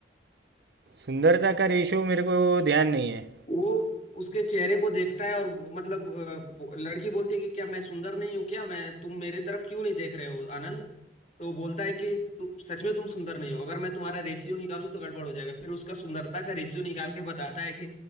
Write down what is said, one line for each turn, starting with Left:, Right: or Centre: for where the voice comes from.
Right: सुंदरता का रेशो मेरे को ध्यान नहीं है
Left: वो उसके चेहरे को देखता है और वो- मतलब अ, वो- लड़की बोलती है कि क्या मैं सुंदर नहीं हूँ क्या मैं तुम मेरे तरफ क्यों नहीं देख रहे हो आनंद तो वो बोलता है कि तु, सच में तुम सुंदर नहीं हो अगर मैं तुम्हारा रेशियो निकालूं तो गड़बड़ हो जाएगा फिर उसका सुंदरता का रेशियो निकाल के बताता है कि